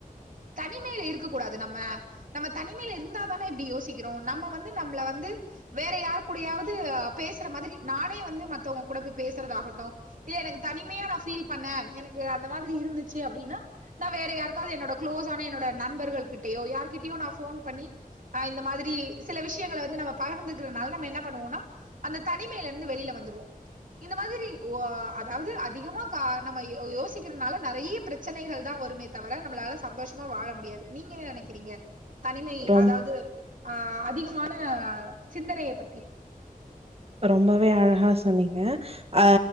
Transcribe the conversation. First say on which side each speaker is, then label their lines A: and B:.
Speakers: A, on the right (about 65°); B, on the right (about 40°).
A: தனிமையில இருக்க கூடாது நம்ம நம்ம தனிமையில இருந்தாதான இப்டி யோசிக் கிறோ நம்ம வந்து நம்மள வந்து வேற யாரு கூடயாவது பேசுற மாரி நானே வந்து மத்தவங்க கூட போய் பேசுறதாகட்டு இல்ல எனக்கு தனிமையா நா ஃபீல் பண்ணே எனக்கு அந்த மாரி இருந்துச்சு அப்டின்னா நா வேற யாருக்காவது என்னோட க்ளோஸ் ஆன என்னோட நண்பர்கள் கிட்டயோ யார்கிட்டயோ நா போன் பண்ணி் இந்த மாரி ஸ்ரீ சில விஷயங்கள வந்து நம்ம பகர்ந்துக்கிறதுனால நம்ம என்ன பண்ணுவோனா அந்த தனிமையில இருந்து வெளியில வந்துருவோ இந்த மாரி ஓ அதாவது அதிகமா கா நம்ம யோசிக்கிறதுனால நெறைய பிரச்சனைகள் தா வருமே தவர நம்மளால சந்தோஷமா வாழ முடியாது நீங்க என்ன நெனைக்கிறீங்க தனிமை
B: ரொம்
A: அதாவது ஆ அதிகமான சிந்தனைய பத்தி
B: ரொம்பவே அழகா சொன்னீங்க அ